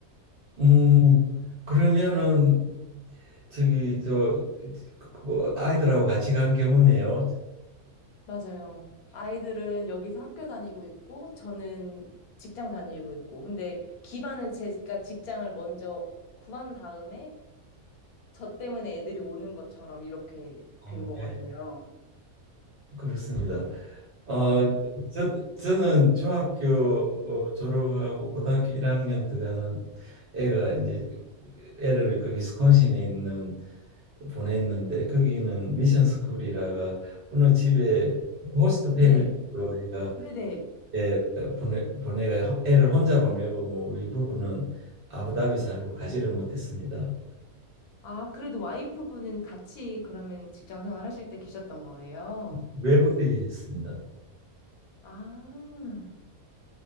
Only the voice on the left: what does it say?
맞아요. 아이들은 여기서 학교 다니고 있고, 저는 직장 다니고 있고. 근데 기반은 제가 직장을 먼저 구한 다음에, 저 때문에 애들이 오는 것처럼 이렇게
된 거거든요.
네,
네네.
아, 그래도 와이프분은 같이 그러면 직장 생활 하실 때 계셨던 거예요?
아,